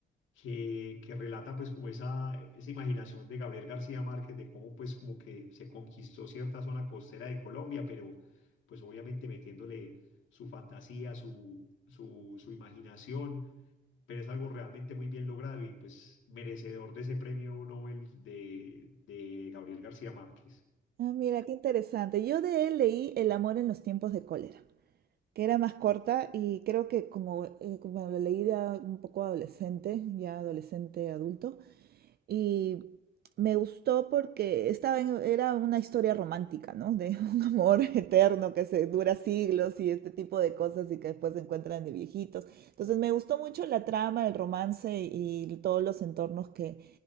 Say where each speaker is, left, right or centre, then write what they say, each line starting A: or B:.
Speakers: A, on the left (about 75°); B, on the right (about 55°).
A: que, que relata pues como esa, esa imaginación de Gabriel García Márquez de cómo pues como que se conquistó cierta zona costera de Colombia, pero pues obviamente metiéndole su fantasía, su, su, su imaginación pero es algo realmente muy bien logrado y pues merecedor de ese premio Nobel de, de Gabriel García Márquez.
B: Ah, mira, qué interesante. Yo de él leí El amor en los tiempos de cólera. que era más corta y creo que como, eh, como la leí de a- un poco adolescente, ya adolescente adulto, y me gustó porque estaba en- era una historia romántica, ¿no? De <laughs> un amor eterno que se dura siglos y este tipo de cosas y que después se encuentran de viejitos. Entonces me gustó mucho la trama, el romance y todos los entornos que,